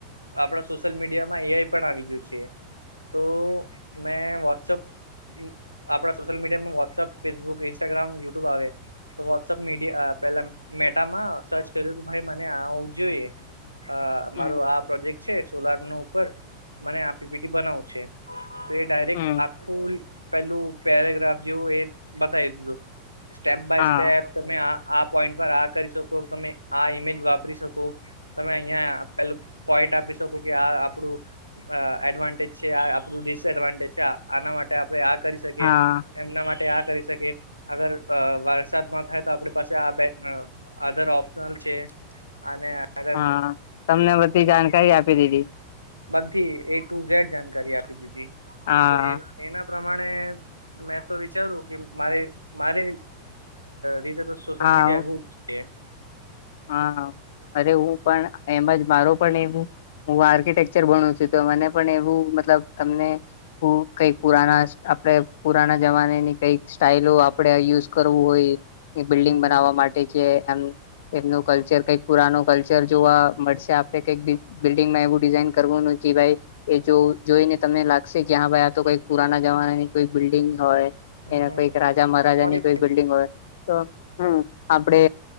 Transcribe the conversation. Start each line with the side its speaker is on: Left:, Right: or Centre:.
Right: આપડા સોશિયલમીડિયા માં એઆઈ પણ આવી ગયું છે. તોમેં વોટ્સઅપ, આપણા સોશિયલમીડિયામાં વોટ્સઅપ, ફેસબુક ઇન્સ્ટાગ્રામ યુટ્યુબ આવે. તો વોટ્સઅપ મીડિયા પેલા મેટામાં સર્ચ કર્યું કે ભાઈ મને આવું જોઈએ. અ
Left: હમ
Right: મારો આ પ્રોજેક્ટ છે, સોલાર નો ઉપર મને આપીપીટી બનાવો છે. તોએ ડાયરેક્ટ
Left: હમ
Right: આખું પેલું પેરાગ્રાફ જેવું એ બતાવી દીધું, સ્ટેપ બાય
Left: હા
Right: સ્ટેપ, તમે આ આ પોઈન્ટ પર આ કરી શકો તમે આ ઇમેજ વાપરી શકો તમે અહં પેલું પોઈન્ટ આપી શકો કે આ આપડું એડવાન્ટેજ છે, આ આપણું ડિસએડવાન્ટેજ છે, આના માટે આપણે આ કરી શકીએ
Left: હા
Right: એમના માટે આ કરી શકીએ અગર વરસાદ ન થાય તો આપણી પાસે આ બે અધર ઓપ્શનલ છે, અને આગ
Left: હા તમને બધી જાણકારી આપી દીધી.
Right: બધી એ ટુ-ઝેડ જાણકારી આપી દીધી
Left: હા
Right: તો એ એના પ્રમાણે મેં તો વિચારું કે મારે મારી રીતે તો સોશિયલ
Left: હા
Right: મીડિયા જ છે.
Left: હા અરે હું પણ એમજ મારો પણ એવું હું આર્કિટેકચર ભણું છું. તો મને પણ એવું મતલબ તમને કઈક પુરાના આપણેે પુરાના જમાનાની કઈક સ્ટાઈઇલો આપણે યુઝ કરવું હોય. એ
Right: હમ
Left: બિલ્ડિંગ બનાવવા માટે કે એમ એમનું કલ્ચર કઈક પુરાનો કલ્ચર જોવા મળશે આપડે કઈક બિલ્ડિંગમાંવું ડિઝાઇન કરવાનું ભાઈ એ જો જોઈને તમને લાગશે કે હા ભાઈ આ તો કઈક પુરાના જમાના ની કોઈ બિલ્ડિંગ હોય એના
Right: હમ
Left: કઈક રાજા મહારાજા
Right: મોર્નિંગ
Left: ની કોઈ બિલ્ડિંગ હોય તો હ આપડે